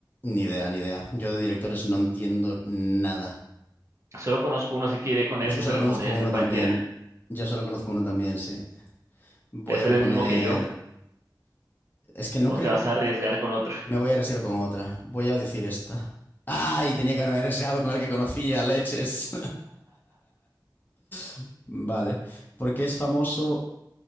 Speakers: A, on the left; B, on the right.
A: ni idea, ni idea. Yo de directores no entiendo nada.
B: Solo conozco uno, así que iré con
A: Yo
B: ese,
A: solo
B: pero
A: conozco
B: podría
A: uno
B: ser cualquiera.
A: también. Yo solo conozco uno también, sí. Voy
B: Debe ser
A: a poner...
B: el mismo que yo,
A: Es que no
B: o
A: creo...
B: te vas a arriesgar con otro.
A: Me voy a arriesgar con otra. Voy a decir esta. ¡Ay! Tenía que haberme arriesgado con el que conocía, leches. <laughs> Vale. Porque es famoso